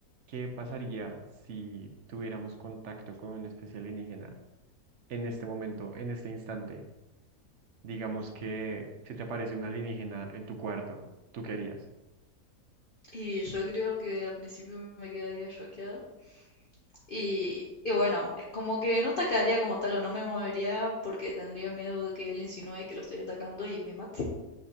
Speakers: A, on the right (about 55°); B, on the left (about 40°).
A: qué pasaría si tuviéramos contacto con una especie alienígena en este momento, en este instante. Digamos que si te aparece un alienígena en tu cuarto, ¿tú qué harías?
B: Y yo creo que al principio me quedaría choqueada. Y, y bueno, como que no atacaría como tal o no me movería porque tendría miedo de que él insinúe que lo estoy atacando y me mate.